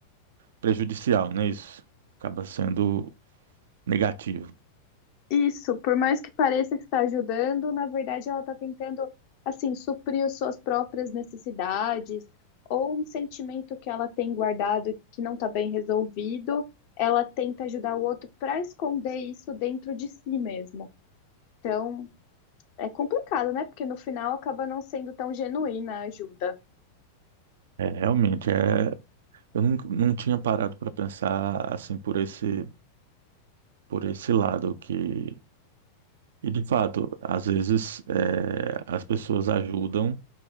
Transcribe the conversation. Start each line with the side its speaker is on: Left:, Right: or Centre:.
Right: prejudicial, né? Isso acaba sendo negativo.
Left: Isso, por mais que pareça que está ajudando, na verdade ela está tentando, assim, suprir as suas próprias necessidades ou um sentimento que ela tem guardado que não está bem resolvido, ela tenta ajudar o outro para esconder isso dentro de si mesmo. Então, é complicado, né? Porque no final acaba não sendo tão genuína a ajuda.
Right: É, realmente, é, eu não, não tinha parado para pensar assim por esse, por esse lado que, e de fato, às vezes é, as pessoas ajudam,